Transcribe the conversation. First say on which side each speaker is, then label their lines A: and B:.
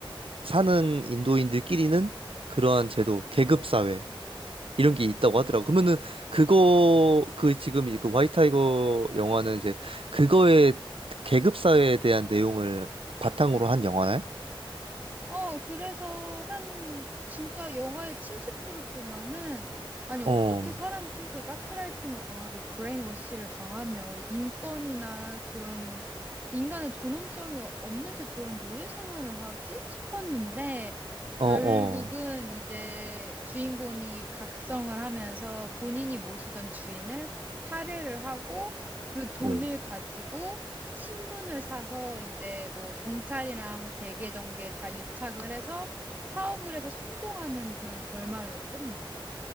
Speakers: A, on the right (about 80°); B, on the right (about 20°).
A: 사는 인도인들끼리는 그러한 제도, 계급 사회 이런 게 있다고 하더라고. 그러면은 그거 그 지금 이그 화이 타이거 영화는 이제 그거의 계급 사회에 대한 내용을 바탕으로 한 영화네?
B: 어, 그래서 한, 진짜 영화의 70% 동안은, 아니, 어떻게
A: 어,
B: 사람이 저렇게 가스라이팅을 당하고 브레인워시를 당하며 인권이나 그런 인간의 존엄성이 없는 채 저런 노예 생활을 하지? 싶었는데, 결국은
A: 어, 어.
B: 이제 주인공이 각성을 하면서 본인이 모시던 주인을 살해를 하고 그 돈을
A: 응.
B: 가지고 신분을 사서 이제 뭐 경찰이랑 재계 정계 다 유착을 해서 사업을 해서 성공하는 그런 결말로 끝나.